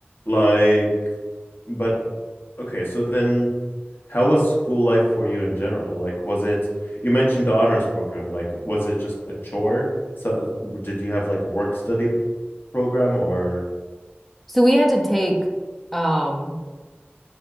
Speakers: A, on the left; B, in the centre.
A: Like but okay, so then How was school life for you in general? Like, was it, you mentioned the honors program, like, was it just a chore? So, did you have like a work study p- program or,
B: So we had to take um,